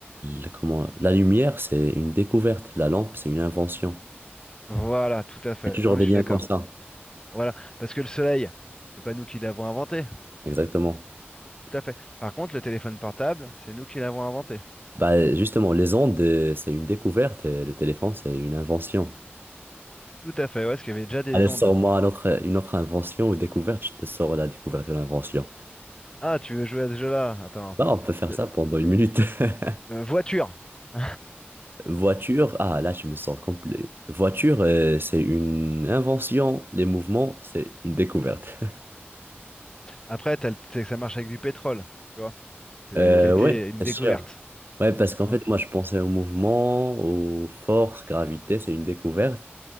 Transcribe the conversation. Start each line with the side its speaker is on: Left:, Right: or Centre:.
Right: l- comment, la lumière, c'est une découverte. La lampe, c'est une invention.
Left: Voilà, tout à fait.
Right: Il y a toujours
Left: Non, mais
Right: des
Left: je
Right: liens
Left: suis d'accord.
Right: comme ça.
Left: Voilà, parce que le Soleil, c'est pas nous qui l'avons inventé.
Right: Exactement.
Left: Tout à fait. Par contre, le téléphone portable, c'est nous qui l'avons inventé.
Right: Bah, justement, les ondes, euh, c'est une découverte, et le téléphone, c'est une invention.
Left: Tout à fait, ouais, parce qu'il y avait déjà des
Right: Allez,
Left: ondes.
Right: sors-moi un autre- une autre invention ou découverte, je te sors la découverte de l'invention.
Left: Ah, tu veux jouer à ce jeu-là? Attends.
Right: Bah, on peut faire
Left: Euh,
Right: ça pendant une minute. <laughs>
Left: euh, voiture. <laughs>
Right: Voiture, ah là, je me sens complet. Voiture, euh, c'est une invention, les mouvements, c'est une découverte.
Left: Après, t'as le- c'est que ça marche avec du pétrole, tu vois, c'est,
Right: Euh,
Left: qui a été
Right: ouais,
Left: une
Right: c'est
Left: découverte.
Right: sûr. Ouais, parce qu'en
Left: Donc,
Right: fait, moi, je pensais au mouvement, aux forces, gravité, c'est une découverte.